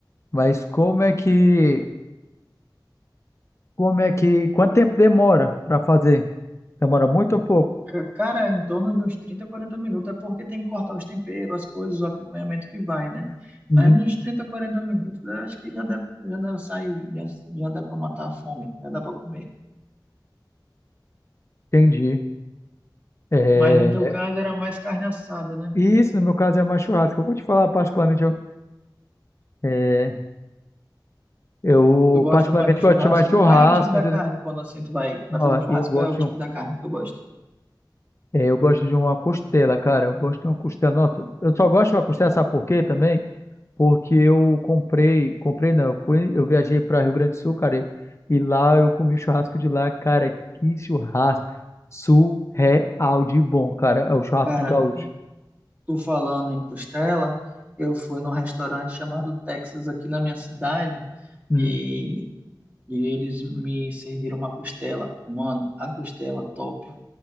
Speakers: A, on the left; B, on the right.
A: Mas como é que. Como é que. Quanto tempo demora para fazer? Demora muito ou pouco?
B: Ca- Cara, em torno de uns 30, 40 minutos, é porque tem que cortar os temperos, as coisas, o acompanhamento que vai, né?
A: Uhum.
B: Mas uns 30, 40 minutos, eu acho que já dá, já dá, sai, já, já dá para matar a fome, já dá para comer.
A: Entendi. É,
B: Mas no teu caso era mais carne assada, né?
A: e Isso, no meu caso, é mais churrasco. Eu vou te falar particularmente. Eu, é, eu
B: Tu gosta
A: particularmente
B: mais de
A: gosto
B: churrasco?
A: de chamar churrasco,
B: E qual é o tipo da
A: entendeu?
B: carne quando assim tu vai, vai
A: Ó,
B: fazer um churrasco?
A: e eu gosto
B: Qual é o
A: de
B: tipo
A: um
B: da carne que tu gosta?
A: É, eu gosto de uma costela, cara. Eu gosto de uma costela. Nossa, eu só gosto de uma costela, sabe por quê também? Porque eu comprei, comprei não, eu fui, eu viajei para Rio Grande do Sul, cara, e e lá eu comi o churrasco de lá, cara, que churrasco surreal de bom, cara. É o churrasco
B: Cara,
A: gaúcho.
B: tu falando em costela, eu fui num restaurante chamado Texas aqui na minha cidade
A: Uhum,
B: e, e eles me serviram uma costela. Mano, a costela top.